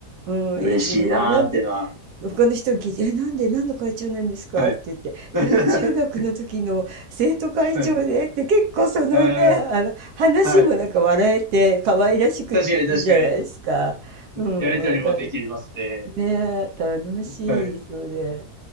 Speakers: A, on the right; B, on the right.
A: うん、
B: 嬉しいなーっていうのは。
A: いいですね。なんで他の人が聞いて、え、なんで、何の会長なんですかって言って、
B: はい。<laughs>
A: いや、中学の時の生徒会長でって結構そのね、
B: はい。えー
A: あの、話もなんか笑えて可愛らしくっていいじゃないですか。
B: はい。確かに確かに。
A: うん、
B: やりとりもできますね。
A: 話題、ね、楽しい、
B: はい。
A: それ。